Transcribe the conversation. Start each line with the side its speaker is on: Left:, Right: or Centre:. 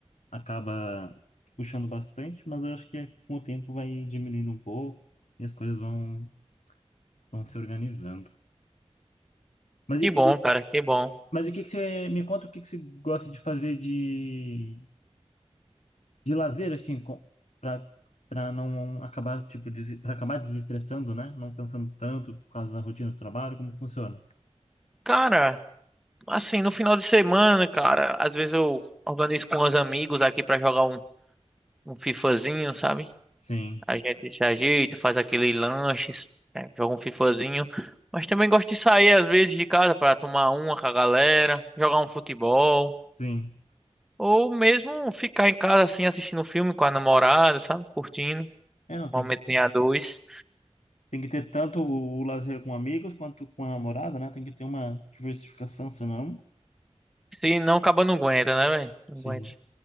Left: acaba puxando bastante, mas eu acho que com o tempo vai diminuindo um pouco e as coisas vão, vão se organizando. Mas,
Centre: Que
Left: e-
Centre: bom,
Left: e-
Centre: cara, que bom.
Left: mas o que que você me conta, o que que você gosta de fazer de de lazer, assim, com, pra, pra não acabar, tipo, desi- pra acabar desestressando, né? Não pensando tanto por causa da rotina do trabalho, como que funciona.
Centre: Cara, assim, no final de semana, cara, às vezes eu organizo com os amigos aqui pra jogar um, um FIFAzinho, sabe?
Left: Sim,
Centre: A gente se ajeita, faz aquele lanche, né, joga um fifazinho. Mas também gosto de sair às vezes de casa para tomar uma com a galera, jogar um futebol.
Left: sim.
Centre: Ou mesmo ficar em casa assim assistindo um filme com a namorada, sabe? Curtindo.
Left: É, não,
Centre: Momento
Left: tem que,
Centre: em a dois.
Left: tem que ter tanto o lazer com amigos quanto com a namorada, né? Tem que ter uma diversificação, senão.
Centre: Se não, acaba não aguenta, né, velho? Não
Left: Sim.
Centre: aguenta.
Left: <laughs>